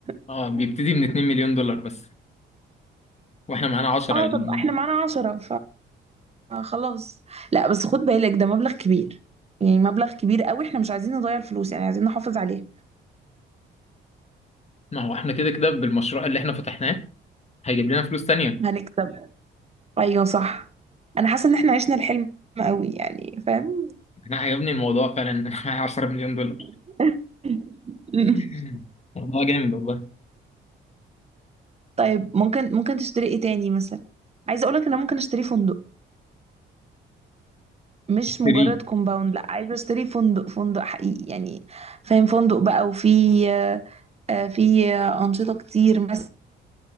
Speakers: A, on the right (about 30°); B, on the left (about 35°).
A: <laughs>
B: اه بيبتدي من 2 مليون دولار بس واحنا معانا 10
A: اه
B: يعني
A: طب احنا معانا عشرة فخلاص لا بس خد بالك ده مبلغ كبير يعني مبلغ كبير قوي احنا مش عايزين نضيع الفلوس يعني عايزين نحافظ عليها
B: ما هو احنا كده كده بالمشروع اللي احنا فتحناه هيجيب لنا فلوس تانية
A: هنكسب ايوه صح انا حاسه ان احنا عشنا الحلم قوي يعني فاهم
B: <laughs> انا عجبني الموضوع فعلا <laughs> معايا 10 مليون دولار
A: <laughs>
B: <clears throat> والله جامد والله
A: طيب ممكن ممكن تشتري ايه تاني مثلا عايزه اقولك ان انا ممكن اشتري فندق مش
B: اشتريه
A: مجرد كومباوند لا عايزه اشتري فندق فندق حقيقي يعني فاهم فندق بقى وفي آه، آه، في آه، انشطه كتير مثلا